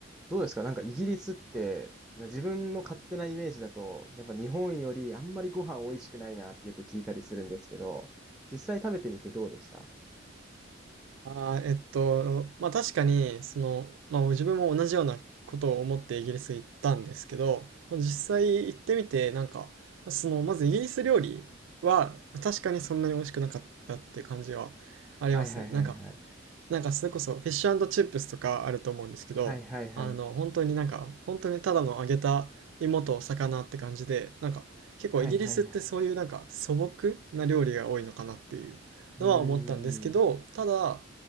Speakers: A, in the centre; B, on the right.
A: どうですかなんかイギリスって、な自分の勝手なイメージだと、やっぱ日本よりあんまりご飯美味しくないなってよく聞いたりするんですけど、実際食べてみてどうでした
B: ああ、えっと、まあ確かに、その、まあ自分も同じようなことを思ってイギリス行ったんですけど、まあ、実際行ってみて、なんか、その、まずイギリス料理は確かにそんなに美味しくなかったっていう感じはありますね。
A: はいはいはいはい。
B: なんか、なんかそれこそフィッシュチップスとかあると思うんですけど、
A: はいはいはい。
B: あの、本当になんか、本当にただの揚げた芋と魚って感じで、なんか結構イギリスってそういうなんか素朴な料理が多いのかなっていうのは思ったんですけど、
A: はいはいはい。うーん。
B: ただ、